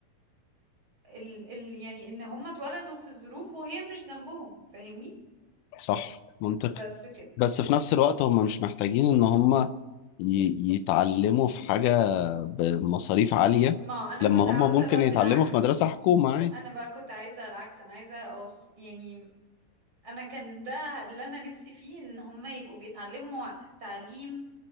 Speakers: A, on the right; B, on the left.
A: ال ال يعني ان هم اتولدوا في الظروف وهي مش ذنبهم فاهمني
B: صح منطقي
A: بس كده
B: بس في نفس الوقت هم مش محتاجين ان هم ي... يتعلموا في حاجة بمصاريف عالية
A: ما انا
B: لما
A: كنت
B: هم
A: عاوزة
B: ممكن
A: بقى بالعكس
B: يتعلموا في مدرسة حكومة عادي
A: انا بقى كنت عايزة العكس انا عايزة أوص... يعني انا كان ده اللي انا نفسي فيه ان هم يبقوا بيتعلموا تعليم